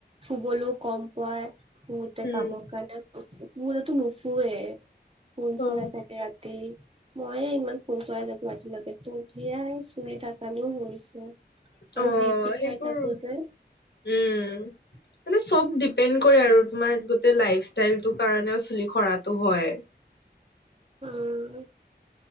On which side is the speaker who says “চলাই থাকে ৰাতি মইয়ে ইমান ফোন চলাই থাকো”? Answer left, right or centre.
Right